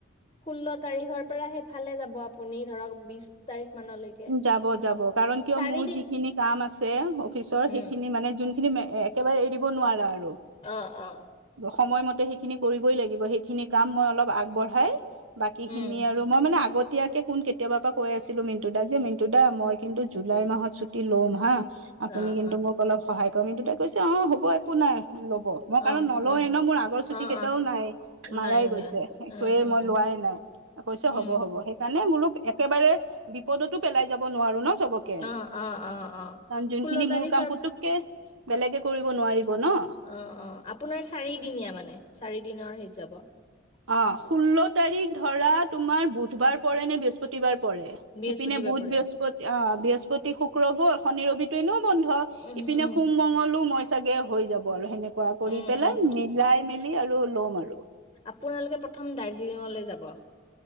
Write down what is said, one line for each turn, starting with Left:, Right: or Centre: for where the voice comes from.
Left: ষোল্ল তাৰিখৰ পৰা সেইফালে যাব আপুনি ধৰক বিশ তাৰিখ মানলৈকে
Right: যাব যাব কাৰণ কিয়
Left: চাৰিদিন
Right: মোৰ যিখিনি কাম আছে অফিচৰ
Left: উম
Right: সেইখিনি মানে যোন স খিন একেবাৰে এৰিব নোৱাৰা আৰু
Left: অ অ
Right: সময়মতে সেইখিনি কৰিবই লাগিব সেইখিনি কাম মই অলপ আগবঢ়াই বাকী
Left: উম
Right: খিনি আৰু মই মানে আগত এতিয়াকে কোন কেতিয়াবাৰ পৰা কৈ আছিলো মিণ্টু দা যে মিনটু দা মই কিন্তু জুলাই মাহত ছুটি ল'ম হা আপুনি
Left: অ
Right: কিন্তু
Left: অ
Right: মোক অলপ সহায় কৰিম কিন্ত ততে কৈছে অ হ'ব একো নাই <unintelligible> ল'ব মই কাৰণো
Left: অ
Right: নলৱে
Left: অ
Right: ন মোৰ আগৰ ছুটি
Left: অ
Right: কেইটায়াও
Left: অ
Right: নাই মাজাই
Left: নাই যোৱা
Right: গৈছে একয়ে
Left: অ', অ',
Right: মই লোৱাই <unintelligible> নাই কৈছে
Left: উম,
Right: হ'ব হ'ব সেইকাৰণে মোলোক একেবাৰে বিপদতো পেলাই যাব নোৱাৰো ন চবকে
Left: অ', অ', অ', অ',
Right: কাৰণ যোনখিনি
Left: ষোল্ল তাৰিখৰ
Right: মোৰ কাম পুতুককে বেলেগে কৰিব নোৱাৰিব ন
Left: অ অ আপোনাৰ চাৰিদিনীয়া মানে চাৰি দিনৰ হেইত যাব <unintelligible>
Right: অ ষোল্ল তাৰিখ ধৰা তোমাৰ বুধবাৰ পৰে নে বৃহস্পতিবাৰ পৰে
Left: বৃহস্পতিবাৰ
Right: সেইপিনে বুত
Left: পৰে
Right: বৃহস্পতি অ বৃহস্পতি শুক্ৰ গল শনি ৰবিটো এনেও বন্ধ
Left: উম,
Right: ইপিনে
Left: উম,
Right: সোমঙলো মই চাগে হৈ যাব আৰু সেনেকুৱা কৰি
Left: উম,
Right: পেলাই
Left: উম,
Right: মিলাই মেলি আৰু লম আৰু
Left: আপোনালোকে প্ৰথম দাৰ্জিলিঙলৈ যাব